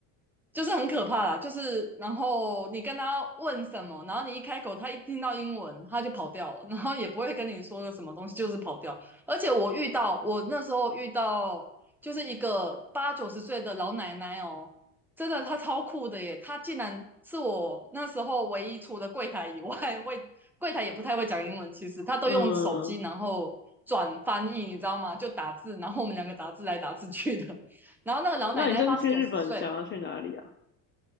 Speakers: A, in the centre; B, on the left.
A: 就是很可怕啦，就是然后你跟他问什么，然后你一开口，他一听到英文他就跑掉了，<laughs> 然后也不会跟你说个什么东西，就是跑掉。而且我遇到我那时候遇到就是一个八九十岁的老奶奶哦，真的她超酷的耶，她竟然是我那时候唯一除了柜台以外，<laughs> 会柜台也不太会讲英文，其实她都用手机然后转翻译，
B: 嗯
A: 你知道吗？就打字，然后我们两个打字来打字去的。<laughs> 然后那个老奶奶八十九十岁。
B: 那你这次去日本想要去哪里啊？